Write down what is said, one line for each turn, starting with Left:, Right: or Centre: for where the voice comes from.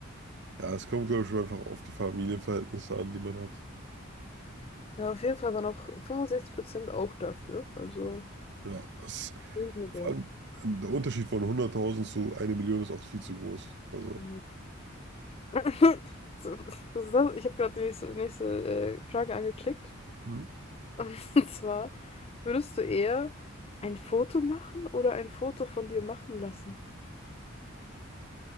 Right: ja, es kommt, glaube ich, einfach auf die Familienverhältnisse an, die man hat.
Left: Ja, auf jeden Fall waren auch 65% auch dafür. Also.
Right: Ja, es
Left: Entschuldigung.
Right: Vor allem der Unterschied von hunderttausend zu 1 Million ist auch viel zu groß. Also,
Left: Ja. <laughs> So, was ist das? Ich habe gerade die nächste, nächste äh, Frage angeklickt.
Right: Mhm.
Left: Und <laughs> zwar, würdest du eher ein Foto machen oder ein Foto von dir machen lassen?